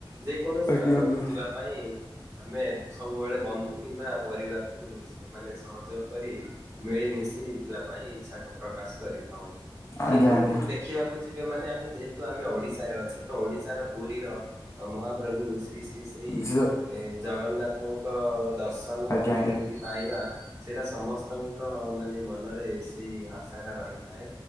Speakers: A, on the right (about 35°); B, on the left (about 35°).
A: ଯେକୌଣସି
B: ଆଜ୍ଞା।
A: ସ୍ଥାନକୁ ଯିବା ପାଇଁ ଆମେ ସବୁବେଳେ ବନ୍ଧୁ କିମ୍ବା ପରିବାରକୁ ମାନେ ସ୍ ସହଯୋଗ କରି ମିଳିମିଶି ଯିବା ପାଇଁ ଇଛା ପ୍ରକାଶ କରିଥାଉ,
B: ଆଜ୍ଞା
A: କିନ୍ତୁ
B: ଆଜ୍ଞା ଆଜ୍ଞା ଆଜ୍ଞା
A: ଦେଖିବାକୁ ଯିବେ ମାନେ ଆମେ ଯେହେତୁ ଆମେ ଓଡିଶାରେ ଅଛେ ତ ଓଡିଶାର ପୁରୀର ମହାପ୍ରଭୁ ଶ୍ରୀ ଶ୍ରୀ ଶ୍ରୀ ଶ୍ରୀ
B: ଜ
A: ଜଗନ୍ନାଥଙ୍କ ଦର୍ଶନ
B: ଆଜ୍ଞା
A: କେମିତି ପାଇବା ସେଇଟା ସମସ୍ତଙ୍କ ମାନେ ମନରେ ସେଇ ଆଶାଟା ରହିଥାଏ।